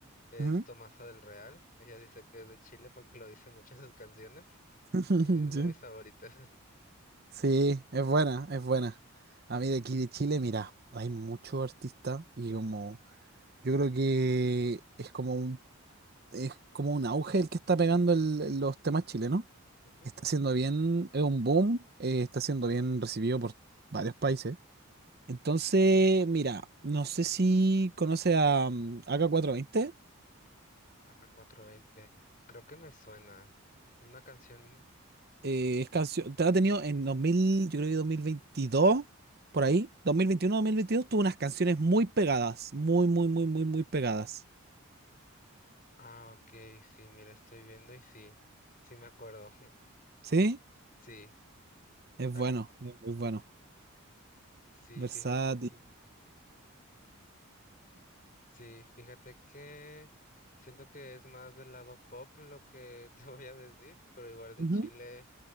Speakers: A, on the left (about 40°); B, on the right (about 45°).
A: es
B: Ujú.
A: Tomasa del Real, ella dice que es de Chile porque lo dice mucho en sus canciones
B: <laughs>
A: y es de
B: Sí.
A: mis favoritas.
B: Sí, es buena, es buena. A mí de aquí de Chile, mira, hay muchos artistas y como yo creo que es como un es como un auge el que está pegando el- los temas chilenos.
A: <laughs>
B: Está siendo bien, es un boom, eh, está siendo bien recibido por varios países. Entonces, mira, no sé si conoce a mm, AK420.
A: ak veinte Creo que me suena. Una canción.
B: eh, es canción, te ha tenido en 2000 yo creo que 2022 por ahí, dos dos mil veintiuno dos mil veintidós tuvo unas canciones muy pegadas, muy, muy, muy, muy, muy pegadas.
A: Ah, ok, sí, mira, estoy viendo y sí. Sí me acuerdo. <laughs>
B: ¿Sí?
A: Sí.
B: Es
A: ah,
B: bueno, es muy bueno.
A: sí,
B: Versátil.
A: fíjate. Sí, fíjate que siento que es más del lado pop lo que <laughs> te voy a decir, pero igual de
B: Ujú.
A: Chile